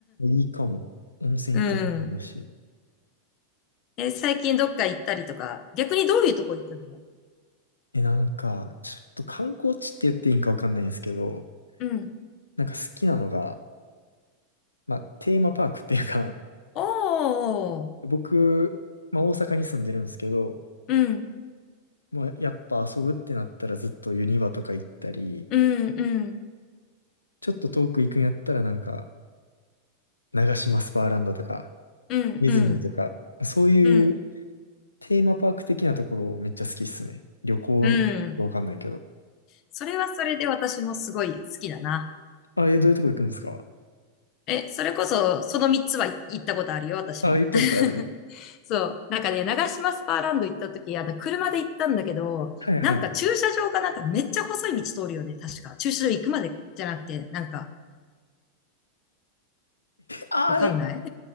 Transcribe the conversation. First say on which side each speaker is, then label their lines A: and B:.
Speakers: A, on the left; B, on the left.
A: いいかも。温泉行ったことないし。
B: うん。え、最近どっか行ったりとか、逆にどういうとこ行くの
A: え、なんか、ちょっと観光地って言っていいんかわかんないんですけど、
B: うん。
A: なんか好きなのが、まあ、テーマパークっていうか、
B: おー。
A: 僕、まあ、大阪に住んでるんですけど、
B: うん。
A: もうやっぱ遊ぶってなったらずっとユニバとか行ったり、
B: うん、うん。
A: ちょっと遠く行くんやったらなんか、長島スパーランドとか、
B: うん、
A: ディズニーとか、
B: うん。
A: そういう
B: うん。
A: テーマパーク的なところめっちゃ好きっすね。旅行、
B: うん。
A: わかんないけど。
B: それはそれで私もすごい好きだな。
A: あ、え、どういうとこ行くんですか
B: え、それこそ、その3つは行ったことあるよ、私も。
A: あ、行ったことある
B: <laughs> そう。なんかね、長島スパーランド行った時、あの、車で行ったんだけど、
A: はいはい。
B: なんか駐車場がなんかめっちゃ細い道通るよね、確か。駐車場行くまでじゃなくて、なんか、
A: あ、
B: わかんない
A: え、